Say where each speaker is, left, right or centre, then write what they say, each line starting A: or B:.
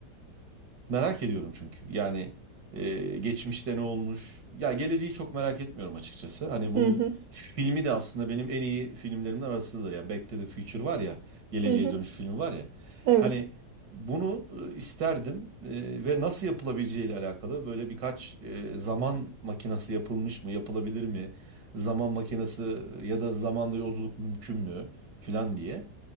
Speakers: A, on the right (about 80°); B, on the right (about 65°).
A: Merak ediyorum çünkü. Yani e, geçmişte ne olmuş? Ya geleceği çok merak etmiyorum açıkçası. Hani bunun
B: Hı hı
A: filmi de aslında benim en iyi filmlerimden arasındadır. Yani Back to the Future var ya, Geleceğe
B: hı hı.
A: Dönüş filmi var ya.
B: Evet.
A: Hani bunu e, isterdim E, ve nasıl yapılabileceğiyle alakalı böyle birkaç e, zaman makinesi yapılmış mı, yapılabilir mi? Zaman makinesi ya da zamanda yolculuk mümkün mü filan diye.